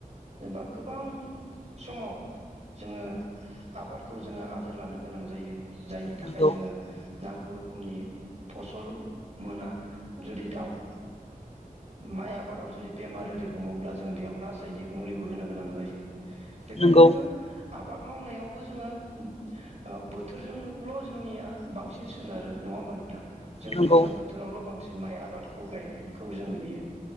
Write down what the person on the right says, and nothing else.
जेनेबा गोबां समाव जोङो आबादखौ जोङो आदोर लानो गोनां जायो जायनि
थाखाय जोङो नांगौ रोखोमनि फसल मोना जुदि दाउ माइ आबादाव जुदि बेमार ओरि हमोब्ला जों बेयाव रासायनिक मुलिबो होनो गोनां जायो बेखायनो
जोङो आबाद मावनायावबो जोङो ओ बोथोरजोंल' जोंनिया बांसिन सोनारो नङा होमबा नोंथां जों
दैज्लां बोथोरावल' बांसि माइ आबादखौ गायनायखौ जों नुयो